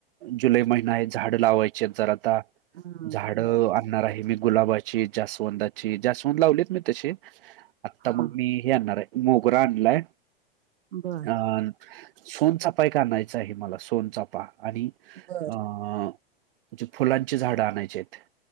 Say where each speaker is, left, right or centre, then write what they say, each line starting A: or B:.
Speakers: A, on the right (about 60°); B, on the right (about 85°).
A: जुलै महिना आहे झाड लावायची आहेत जरा आता
B: हा
A: झाड
B: बर
A: अणणार आहे गुलाबाची, जास्वंदची जास्वंत लावलेत मी तशी आता
B: हा
A: मग मी हे आणणार आहे मोगरा आणलाय
B: बर
A: अ सोनचाफा एक आणायचं आहे मला सोनचाफा आणि
B: बर
A: अ म्हणजे फुलांची झाडं आणायचे आहेत